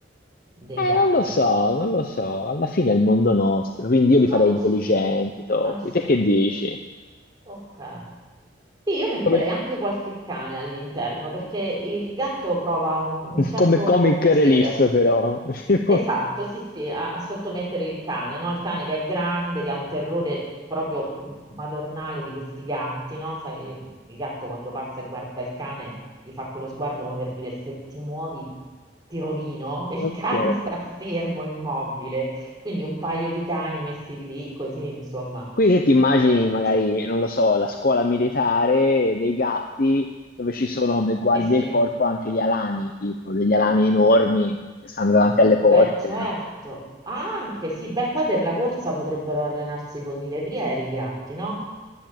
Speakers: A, on the right; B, on the left.
A: dei
B: Eh,
A: gatti.
B: non lo so, non lo so, alla fine è il mondo nostro, quindi io li
A: Non
B: farei
A: lo
B: intelligenti,
A: so.
B: Topi.
A: Ah, sì,
B: Te che dici?
A: ok. Sì, io metterei
B: Come,
A: anche qualche cane all'interno perché il gatto prova un, un certo
B: come comic
A: piacere.
B: relief,
A: a s-
B: però. <laughs>
A: Esatto, sì, sì, a, a sottomettere il cane, no? Il cane che è grande, che ha un terrore proprio mh, madornale di questi gatti, no? Sai, il gatto quando passa e guarda il cane gli fa quello sguardo come per dire se ti muovi ti rovino <laughs> e il
B: Ok.
A: cane sta fermo, immobile. Quindi un paio di cani messi lì così, insomma.
B: Quindi se ti immagini
A: eh,
B: magari,
A: c'è-
B: non lo so, la scuola militare dei gatti dove ci sono come guardie
A: sì, sì.
B: del corpo anche gli alani, tipo degli alani enormi che stanno davanti alle
A: Beh,
B: porte,
A: certo.
B: no?
A: Ah, anche sì, beh, poi per la corsa potrebbero allenarsi con i levrieri i gatti, no?